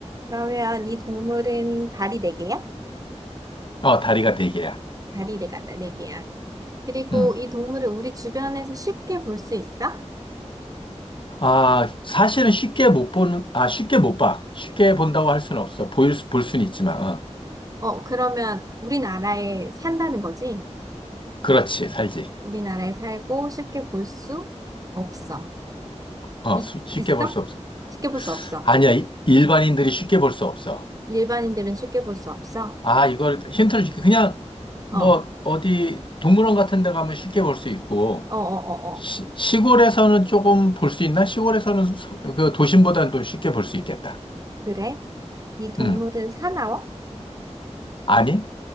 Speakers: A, on the right; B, on the left.
A: 그러면 이 동물은 발이 네개야
B: 어, 다리가 네 개야.
A: 발이 네가네개야 그리고
B: 음.
A: 이 동물을 우리 주변에서 쉽게 볼 수 있어?
B: 아, 사실은 쉽게 못 보는, 아, 쉽게 못 봐. 쉽게 본다고 할 수는 없어. 보일 수, 볼 수는 있지만, 어.
A: 어, 그러면 우리나라에 산다는 거지?
B: 그렇지, 살지.
A: 우리나라에 살고 쉽게 볼 수 없어.
B: 어,
A: 이,
B: 수- 쉽게
A: 있어?
B: 볼 수 없어.
A: 쉽게 볼 수 없어.
B: 아니야, 이- 일반인들이 쉽게 볼 수 없어.
A: 일반인들은 쉽게 볼 수 없어.
B: 아, 이걸 힌트를 줄게. 그냥
A: 어,
B: 뭐
A: 어,
B: 어디 동물원 같은 데 가면 쉽게 볼 수 있고
A: 어, 어, 어.
B: 시, 시골에서는 조금 볼 수 있나? 시골에서는 서- 그 도심보다는 좀 쉽게 볼 수 있겠다.
A: 그래? 이 동물은
B: 응.
A: 사나워?
B: 아니?